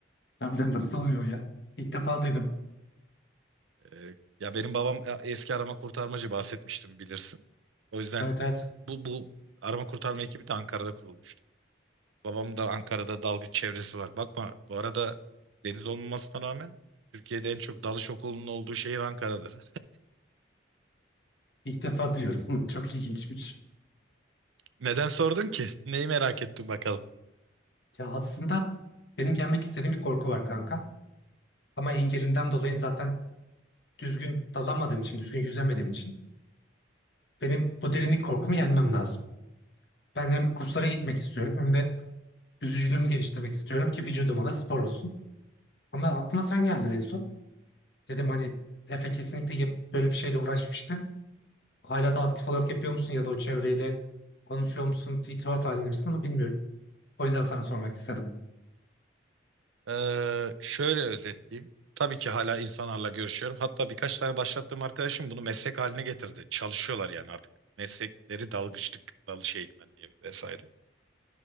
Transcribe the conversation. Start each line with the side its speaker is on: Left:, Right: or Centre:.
Left: Harbiden nasıl oluyor ya? İlk defa duydum.
Right: Ee, ya benim babam e, eski arama kurtarmacı bahsetmiştim bilirsin. O yüzden
Left: Evet evet
Right: bu bu arama kurtarma ekibi de Ankara'da kurulmuştu. Babam da Ankara'da dalgıç çevresi var. Bakma bu arada deniz olmamasına rağmen Türkiye'de en çok dalış okulunun olduğu şehir Ankara'dır.
Left: ilk defa diyorum. <laughs> Çok ilginçmiş.
Right: <laughs> Neden sordun ki? Neyi merak ettin bakalım.
Left: Ya aslında benim yenmek istediğim bir korku var kanka. Ama engelimden dolayı zaten düzgün dalamadığım için, düzgün yüzemediğim için benim bu derinlik korkumu yenmem lazım. Ben hem kurslara gitmek istiyorum hem de yüzücülüğümü geliştirmek istiyorum ki vücuduma da spor olsun. Ama aklıma sen geldin en son. Dedim hani Efe kesinlikle yap- böyle bir şeyle uğraşmıştı. Hala da aktif olarak yapıyor musun ya da o çevreyle konuşuyor musun, irtibat halinde misin ama bilmiyorum. O yüzden sana sormak istedim.
Right: Ee, şöyle özetleyeyim. Tabii ki hala insanlarla görüşüyorum. Hatta birkaç tane başlattığım arkadaşım bunu meslek haline getirdi. Çalışıyorlar yani artık. Meslekleri dalgıçlık, dalış eğitmenliği vesaire.